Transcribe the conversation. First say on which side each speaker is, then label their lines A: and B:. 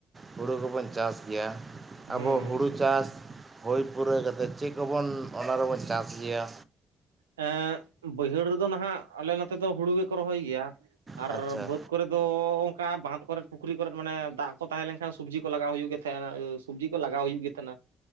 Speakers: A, on the right (about 25°); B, on the right (about 80°).
A: ᱦᱩᱲᱩ ᱠᱚᱵᱚᱱ ᱪᱟᱥ ᱜᱮᱭᱟ
B: ᱦᱩᱸ
A: ᱟᱵᱚ ᱦᱩᱲᱩ ᱪᱟᱥ ᱦᱩᱭ ᱯᱩᱨᱟᱹᱣ ᱠᱟᱛᱮᱫ ᱪᱮᱫ ᱠᱚᱵᱚᱱ ᱚᱱᱟ ᱨᱮᱵᱚᱱ ᱪᱟᱥ ᱜᱮᱭᱟ
B: ᱮᱸ ᱵᱟᱹᱭᱦᱟᱹᱲ ᱨᱮᱫᱚ ᱱᱟᱦᱟᱜ ᱟᱞᱮ ᱱᱚᱛᱮ ᱫᱚ ᱦᱩᱲᱩ ᱜᱮᱠᱚ ᱨᱚᱦᱚᱭ ᱜᱮᱭᱟ ᱟᱨ
A: ᱟᱪᱪᱷᱟ
B: ᱵᱟᱹᱫᱽ ᱠᱚᱨᱮ ᱫᱚ ᱚᱱᱠᱟ ᱵᱟᱸᱫ ᱠᱚᱨᱮ ᱯᱩᱠᱷᱨᱤ ᱠᱚᱨᱮᱮᱫ ᱢᱟᱱᱮ ᱫᱟᱜ ᱠᱚ ᱛᱟᱦᱮᱸ ᱞᱮᱱᱠᱷᱟᱱ ᱥᱚᱵᱽᱡᱤ ᱠᱚ ᱞᱟᱜᱟᱣ ᱦᱩᱭᱩᱜ ᱜᱮ ᱛᱟᱦᱮᱸᱱᱟ ᱥᱚᱵᱽᱡᱤ ᱠᱚ ᱞᱟᱜᱟᱣ ᱦᱩᱭᱩᱜ ᱜᱮ ᱛᱟᱦᱮᱸᱱᱟ